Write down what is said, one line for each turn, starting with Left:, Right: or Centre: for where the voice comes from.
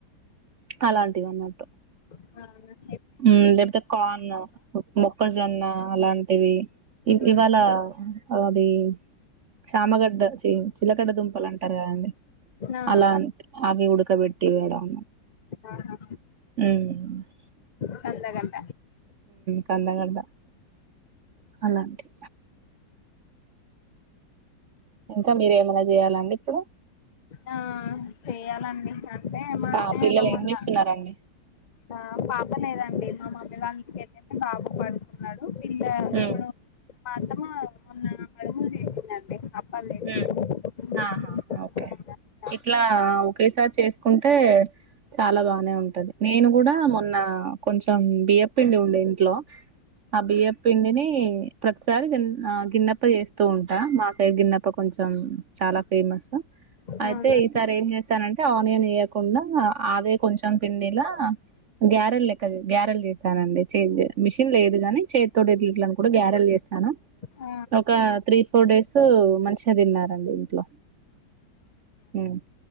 Right: అలాంటివి అన్నట్టు
Left: అవున
Right: హ్ లేపోతే కార్న్ మొక్కజొన్న అలాంటి టివి ఇ
Left: మ్మ్
Right: ఈ వన్ఇవాళ అది చామగడ్డ చే చిలకడ్డ దుంపలాంటారు కదండి
Left: ఆ
Right: అలా అంత్ అవి ఉడుక్ క్క బేట్టీ ఇవ్వడం
Left: ఆహా
Right: మ్
Left: కందగడ్డ
Right: కందగడ్డ అలాంటీ ఇంకా మీరేమన్న జేయాలండీ ఇప్పుడు
Left: ఆ చేయాలండీ హ్ అంటే మా
Right: పా
Left: అత్తయ్య
Right: పిల్లలు
Left: రమ్మన్నా.
Right: ఏం చేస్తున్నారండి
Left: ఆహ్ పాప లేదండీ మా మామ్ దివాన్ కేసేస్తే బాబు పడుకున్నాడు పిల్లా
Right: ఉమ్
Left: ఎక్క డో మా అత్తమ్మా మొన్నా కడుములు జేసిందండీ అప్ ప్పలేసిందండి
Right: ఉమ్
Left: <inaudible>
Right: ఆహా ఓకే ఇట్లా ఒకేసారి చేస్కుంటే ఉంటే చాలా బానే ఉంటది నేను కూడా మొన్నా కొంచెం టం బియ్యప్పిండీ ఉంది ఇంట్లో ఆ బియ్యప్పిండిని అంటే ప్రతిసారీ జన్ ఆ గిన్నెప్ప చేస్తూ ఉంటా మా సైడ్ గిన్నప్ అప్ప కొంచెం చాలా ఫేమస్సు.
Left: అవునా
Right: అయితే
Left: అవునా
Right: ఈసారేంచేసానంట్ ఆనియన్ యేయకుండా ఆవే కొంచం పిండిలా గ్యారెల్ లెక్క గ్యారెల్ చేసానండీ చేంజ్ మిషన్ లేదు గానీ చేత్తోటే ఇట్లిట్ల అని కూడా గ్యారెల్ చేసాను
Left: ఆ
Right: ఒకా త్రీ ఫోర్ డేస్ మంచి చదివినారండీ ఇంట్లో ఉం